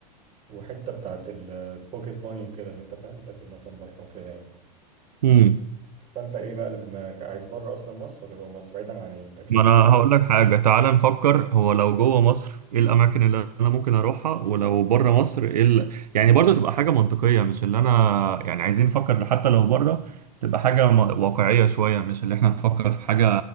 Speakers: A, on the right; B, on the right.
A: وحتة بتاعت البوكيت ماني وكده إن أنت فاهم تاكل مثلا بره وكده يعني
B: مم.
A: فانت ايه بقى اللي في دماغك عايز بره اصلا مصر ولا جوه مصر بعيدا عن التكلفه
B: ما انا هقول لك حاجه تعال نفكر هو لو جوه مصر ايه الاماكن اللي انا ممكن اروحها ولو بره مصر ايه ال... يعني برضه تبقى حاجه منطقيه مش اللي انا يعني عايزين نفكر حتى لو بره تبقى حاجه م- واقعيه شويه مش اللي احنا نفكر في حاجه